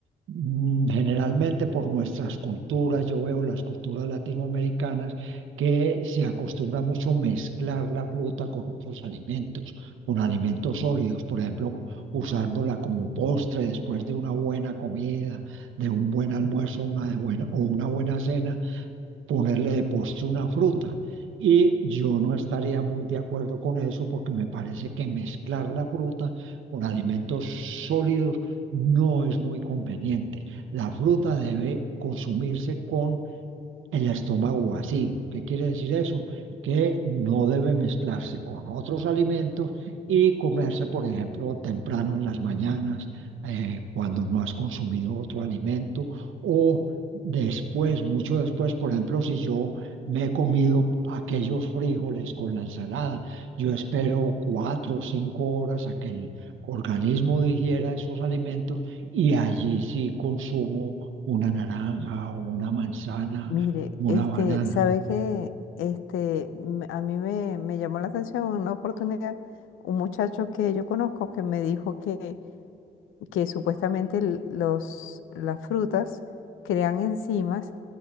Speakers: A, on the right; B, on the left.
A: mm, Generalmente por nuestras culturas, yo veo las culturas latinoamericanas que se acostumbra mucho mezclar la fruta con otros alimentos, con alimentos sólidos, por ejemplo, usándola como postre después de una buena comida, de un buen almuerzo, una de buena, o una buena cena ponerle de postre una fruta. Y yo no estaría muy de acuerdo con eso porque me parece que mezclar la fruta con alimentos sólidos no es muy conveniente. La fruta debe consumirse con el estómago vacío. ¿Qué quiere decir eso? Que no debe mezclarse con otros alimentos y comerse, por ejemplo, temprano en las mañanas, eh, cuando no has consumido otro alimento o después, mucho después, por ejemplo, si yo me he comido aquellos frijoles con la ensalada, yo espero cuatro o cinco horas a que el organismo digiera esos alimentos y allí sí consumo una naranja o una manzana
B: Mire,
A: una
B: este,
A: banana.
B: ¿sabe qué? Este, me- a mí me, me llamó la atención una oportunidad, un muchacho que yo conozco que me dijo que, que supuestamente l- los, las frutas crean enzimas